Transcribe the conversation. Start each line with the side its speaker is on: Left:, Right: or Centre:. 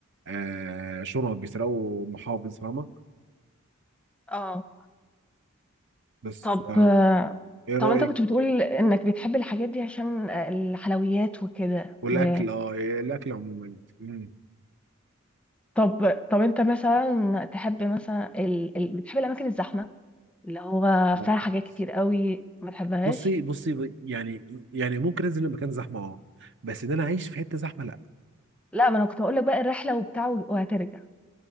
Right: آه شنط بيسرقوا محافظ فاهمه؟
Centre: اه
Right: بس
Centre: طب
Right: ف... ايه رايك؟
Centre: طب انت كنت بتقول انك بتحب الحاجات دي عشان الحلويات وكده
Right: والاكل
Centre: و
Right: اه الاكل عموما مم.
Centre: طب طب انت مثلا تحب مثلا ال... ال... بتحب الاماكن الزحمه اللي هو
Right: لا
Centre: فيها حاجات
Right: خالص
Centre: كتير قوي ما تحبهاش
Right: بصي بصي ب- يعني يعني ممكن انزل مكان زحمه اه بس ان انا اعيش في حته زحمه لا
Centre: لا ما انا كنت بقول لك بقى الرحله وبتاع وهترجع